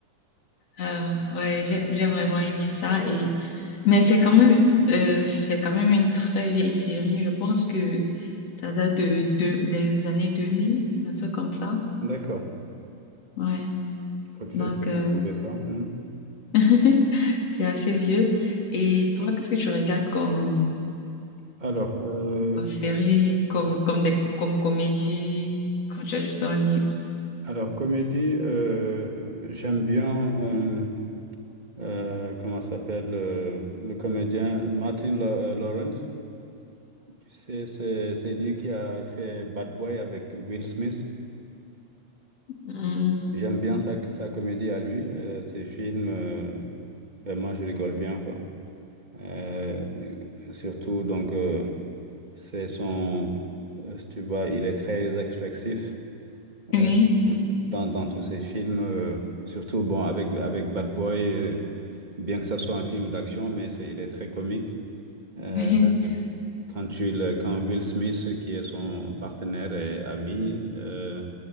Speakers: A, on the left; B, on the right.
A: Euh, ouais, j'ai j'ai vraiment aimé ça et mais c'est quand même euh, c'est quand même une très vieille série. Je pense que ça date de, de des années 2000 un truc comme ça.
B: D'accord.
A: Ouais.
B: Faut que
A: Donc
B: j'essaie
A: euh,
B: de trouver ça. Hmm.
A: <laughs> c'est assez vieux. Et toi, qu'est-ce que tu regardes comme,
B: Alors, euh,
A: comme série, comme comme des comme comédie quand tu as du temps libre?
B: alors comédie, euh, j'aime bien, euh, euh, comment ça s'appelle, euh, le comédien Martin Law- Lawrence. Tu sais, c'est c'est lui qui a fait Bad Boy avec Will Smith.
A: Hmm.
B: J'aime bien sa, sa comédie à lui, euh, ses films, euh, vraiment, je rigole bien, quoi. Euh, surtout, donc, euh, c'est son, euh, si tu vois, il est très expressif.
A: Oui.
B: euh, dans, dans tous ces films, euh, surtout bon, avec, avec Bad Boy, euh, bien que ça soit un film d'action, mais c'est, il est très comique. Euh,
A: <laughs>
B: quand, il, quand Will Smith, qui est son partenaire et ami, euh,